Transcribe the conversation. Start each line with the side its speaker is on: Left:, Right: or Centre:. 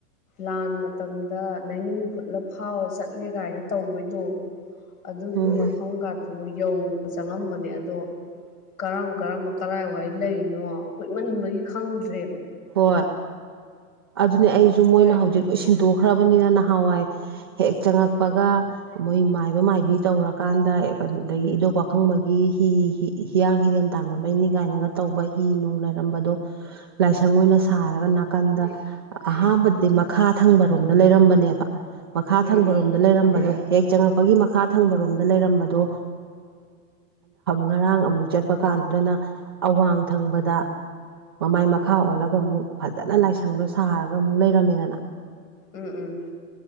Left: ꯂꯥꯟ ꯃꯇꯝꯗ ꯂꯩꯅꯨꯡꯨ ꯍꯨꯠꯂ ꯐꯥꯎꯔ ꯆꯠꯂꯦ ꯀꯥꯏꯅ ꯇꯧꯕꯩꯗꯣ ꯑꯗꯨꯒꯤ
Right: ꯎꯝ
Left: ꯃꯐꯝꯒ ꯑ ꯌꯧ ꯆꯪꯉꯝꯕꯅꯦ ꯑꯗꯣ ꯀꯔꯝ ꯀꯔꯝꯕ ꯀꯔꯥꯏ ꯋꯥꯏ ꯂꯩ ꯀꯩꯅꯣ ꯀꯨꯏꯃꯟꯕꯒꯤ ꯈꯪꯗ꯭ꯔꯦꯕ
Right: ꯍꯣꯏ ꯑꯗꯨꯅꯦ ꯑꯩꯁꯨ ꯃꯣꯏꯅ
Left: ꯍꯣꯏ
Right: ꯍꯧꯖꯤꯛ ꯂꯣꯏ ꯁꯤꯟꯗꯣꯛꯈ꯭ꯔꯕꯅꯤꯅ ꯅꯍꯥꯟꯋꯥꯏ ꯍꯦꯛ ꯆꯪꯉꯛꯄꯒ ꯃꯣꯏ ꯃꯥꯏꯕ ꯃꯥꯏꯕꯤ ꯇꯧꯔꯀꯥꯟꯗ ꯑꯗꯒꯤ ꯏꯙꯧ ꯄꯥꯈꯪꯕꯒꯤ ꯍꯤ ꯍꯤ ꯍꯤꯌꯥꯡ-ꯍꯤꯔꯦꯟ ꯇꯥꯟꯅꯕꯩꯅꯤ ꯒꯥꯏꯅ ꯇꯧꯕ ꯍꯤ ꯅꯨꯡ ꯂꯩꯔꯝꯕꯗꯣ
Left: ꯎꯝ
Right: ꯂꯥꯏꯁꯪ ꯑꯣꯏꯅ ꯁꯥꯔꯒ ꯅꯥꯀꯟꯗ ꯑꯍꯥꯟꯕꯗꯤ ꯃꯈꯥ ꯊꯪꯕꯔꯣꯝꯗ ꯂꯩꯔꯝꯕꯅꯦꯕ ꯃꯈꯥ
Left: ꯎꯝ
Right: ꯊꯪꯕꯔꯣꯝ ꯗ ꯂꯩꯔꯝꯕꯗꯣ ꯍꯦꯛ ꯆꯪꯉꯛꯄꯒꯤ ꯃꯈꯥ ꯊꯪꯕꯔꯣꯝꯗ ꯂꯩꯔꯝꯕꯗꯣ ꯉꯔꯥꯡ ꯑꯃꯨꯛ ꯆꯠꯄ ꯀꯥꯟꯗꯨꯗꯅ ꯑꯋꯥꯡ ꯊꯪꯕꯗ ꯃꯃꯥꯏ ꯃꯈꯥ ꯑꯣꯜꯂꯒ ꯑꯃꯨꯛ ꯐꯖꯅ ꯂꯥꯏꯁꯪꯗꯨꯣ ꯁꯥꯔꯒ ꯑꯃꯨꯛ ꯂꯩꯔꯝꯃꯦꯗꯅ
Left: ꯎꯝ ꯎꯝ